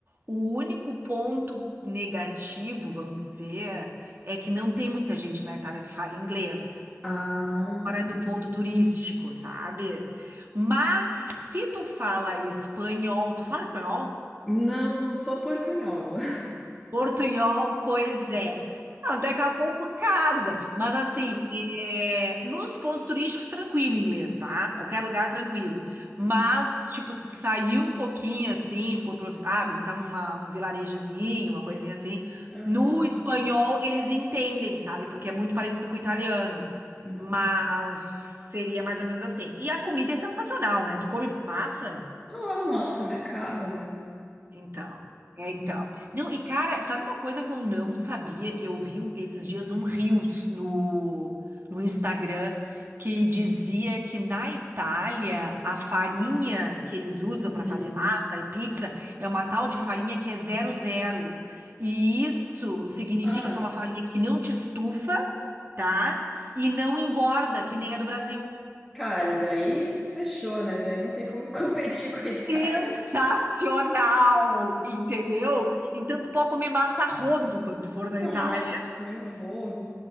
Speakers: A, on the right; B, in the centre.
A: O único ponto negativo, vamos dizer, é que não tem muita gente na Itália que fala inglês,
B: Ah,
A: fora do ponto turístico, sabe? Mas se tu fala espanhol, tu fala espanhol?
B: não, só Portunhol. <laughs>
A: Portunhol, pois é. Não, daqui a pouco casa, mas assim, é, nos pontos turísticos, tranquilo inglês, tá? Qualquer lugar, tranquilo. Mas, tipo, se tu sair um pouquinho assim, for pra, ah, visitar uma- um vilarejozinho, uma coisinha assim,
B: Aham.
A: no espanhol eles entendem, sabe? Porque é muito parecido com o italiano.
B: Uhum.
A: Mas seria mais ou menos assim. E a comida é sensacional, né? Tu come massa?
B: Ah, nossa, me acabo, né?
A: Então, é então. Não, e cara, sabe uma coisa que eu não sabia e eu vi um- esses dias um Reels no, no Instagram que dizia que na Itália a farinha que eles usam para
B: Hum.
A: fazer massa e pizza é uma tal de farinha que é zero zero. E isso significa
B: Ah,
A: que é uma farinha que não te estufa, tá? E não engorda, que nem a do Brasil.
B: cara, daí fechou, né? Daí não tem como <laughs> competir com a Itália.
A: Sensacional, entendeu? Então tu pode comer massa a rodo quando tu for na
B: Nossa,
A: Itália,
B: eu vou.